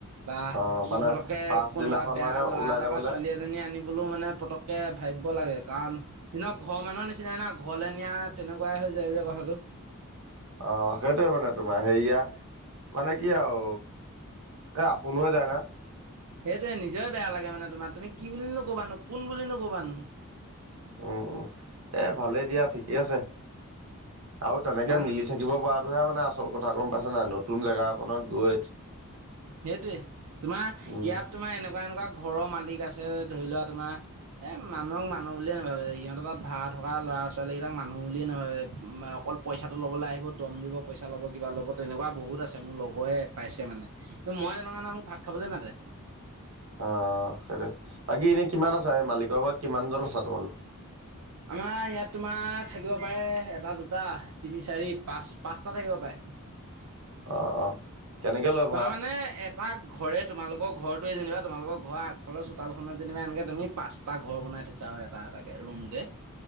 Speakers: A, on the right; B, on the right.
A: বা
B: অ মানে
A: মই পটটকে
B: পাছদিনাখন
A: কোনোবা বেয়া
B: মানে
A: ল'ৰা
B: ওলাই
A: এটা
B: যাবলে
A: বা ছোৱালী এজনী আনি বুলো মানে পটককে ভাবিব লাগে কাৰণ দিনৰ ঘৰৰ মানুহৰ নিচিনাই না, ঘৰলৈ নিয়া তেনেকুৱাই হৈ যায় যে কথাটো।
B: অ' সেইটোয়ে মানে তোমাৰ, হেয়া মানে কি আৰু এ, আপোনে যায় না?
A: সেইটোৱে নিজে বেয়া লাগে, মানে তোমাৰ তুমি কি বুলি নো কবানো কোন বুলি নো ক'বানো।
B: উম, উম।। এ, ভালেই দিয়া ঠিকেই আছে। আৰু তেনেকে
A: ইমান
B: মিলি থাকিব পৰাটোহে মানে আ আচল কথা গম পাইছে নাই? নতুন জেগা এখনত গৈ
A: সেইটোৱে। তোমাৰ
B: উম
A: ইয়াত তোমাৰ এনেকুৱা এনেকুৱা ঘৰৰ মালিক আছে ধৰি লোৱা তোমাৰ এ, মানুহক মানুহ বুলিয়ে নাভাবে, সিহঁত তাত ভাড়া থকা ল'ৰা ছোৱালী কেইটাক মানুহ বুলিয়ে নাভাবে অকল পইচাটো ল'বলৈ আহিব, দম দিব পইচা ল'ব, কিবা ল'ব তেনেকুৱা বহুত আছে, মোৰ লগৰে পাইছে মানে। মই তেনেকুৱানা মোক ভাত খাবলৈ মাতে।
B: অ' সেইটোৱে, বাকী এনে কিমান আছা এই মালিকৰ ঘৰত কিমানজন আছা তোমালোক?
A: আমাৰ ইয়াত তোমাৰ থাকিব পাৰে এটা দুটা তিনি চাৰি পাঁচ পাঁচটা থাকিব পাৰে।
B: অ', অ'। কেনেকে লয় ভাড়া
A: তাৰমানে এপাক ঘৰে তোমালৰ ঘৰটোৱে যেনিবা, তোমালোকৰ ঘৰ আগফালৰ চোতালখনত যেনিবা এনেকৈ তুমি পাচ টা ঘৰ বনাই থৈছা আৰু এটা এটাকে ৰুমকে।